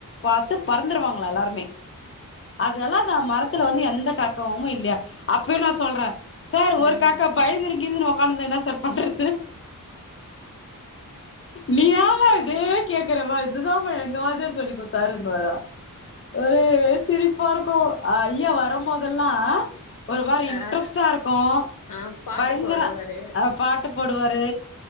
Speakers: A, on the left; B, on the left.
A: பாத்து பறந்துருவாங்களா எல்லாருமே அதெல்லாதா மரத் துல வந்து எந்த காக்காவுமே இல்லையா அப்பயு நா சொல்ற சார்
B: ம்
A: ஒரு காக்க பயந்துனு கீந்துனு உக் க்காந்துனா என்ன சார் பண்றது நீ ஏமா இதே கேக்குறமா இது தாமா எங்க வாத்தியார் சொல்லி குத் தாருன்னு வாரா ஒரே சிரிப் ப்பாருக்கு ஐயா வரும்போது இதெல்லா அ ஒரு மாரி இன்ட்ரெஸ்டா
B: ஆ
A: இருக்கு
B: ஆ பாட்டு
A: பயங்கர
B: பாடுவாரு
A: பாட்டு போடுவாரு